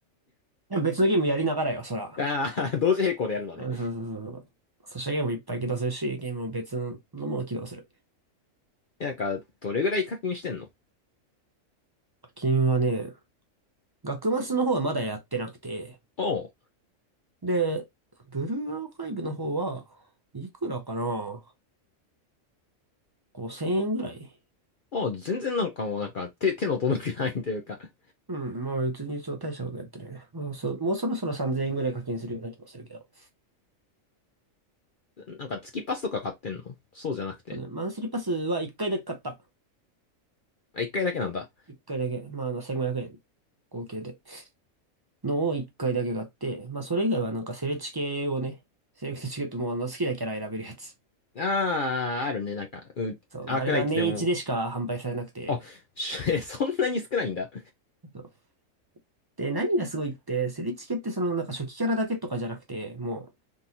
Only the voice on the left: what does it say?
ああ、<laughs> 同時並行でやるので。
えなんか、どれぐらい課金してんの
あ
あ、ああ、全然なんかもうなんか手、手の届くないというか、
なんか月パスとか買ってんのそうじゃなくて。
あ、一回だけなんだ。
ああ、あるね。なんか、うん、
アークナイツでも。
あ、し <laughs> そんなに少ないんだ。